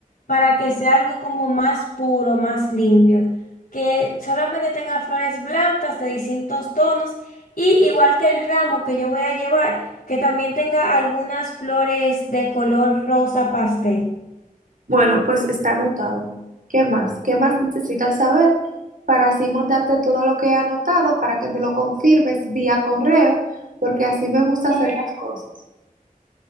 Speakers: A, on the left (about 75°); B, on the right (about 65°).
A: para que sea algo como más puro, más limpio, que solamente tenga flores blancas de distintos tonos y igual que el ramo que yo voy a llevar, que también tenga algunas flores de color rosa pastel.
B: Bueno, pues está anotado. ¿Qué más? ¿Qué más necesitas saber para así mandarte todo lo que he anotado para que me lo confirmes vía correo? Porque así me gusta hacer
A: Eh,
B: las cosas.